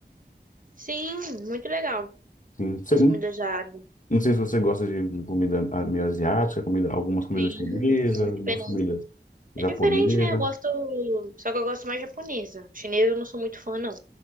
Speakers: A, on the right; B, on the left.
A: Sim, muito legal.
B: Sim. Você-
A: As comidas já.
B: Não sei se você gosta de de comida a- meio asiática, comida, algumas comidas
A: Sim,
B: chinesas,
A: sim,
B: algumas
A: diferente.
B: comidas japonesas.
A: É diferente, né? Eu gosto. Só que eu gosto mais japonesa. Chinesa eu não sou muito fã, não.